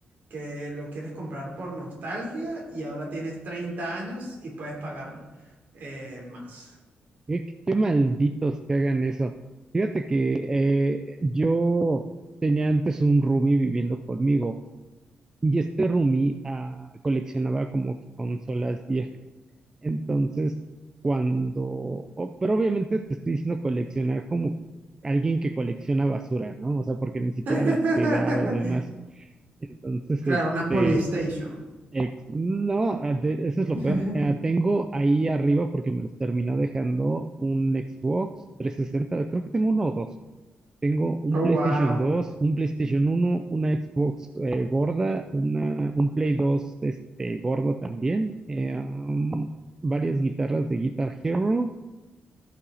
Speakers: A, on the right (about 55°); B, on the right (about 20°).
A: que lo quieres comprar por nostalgia y ahora tienes treinta años y puedes pagar eh, más.
B: Qué, qué qué malditos que hagan eso. Fíjate que eh, yo tenía antes un roomie viviendo conmigo y este roomie ah, coleccionaba como que consolas viejas. Entonces, cuando, o- pero obviamente te estoy diciendo coleccionar como alguien que colecciona basura, ¿no? O sea, porque ni siquiera
A: <laughs>
B: las cuidaba y demás. Entonces,
A: Claro,
B: este,
A: una Polystation.
B: ex- no, ah, de- eso es lo
A: <laughs>
B: peor. Ah, tengo ahí arriba, porque me los terminó dejando un Xbox 360, creo que tengo uno o dos. Tengo un
A: Oh,
B: PlayStation
A: wow.
B: 2, un PlayStation 1, una Xbox eh, gorda, una, un Play 2 este, gordo también, eh, um, varias guitarras de Guitar Hero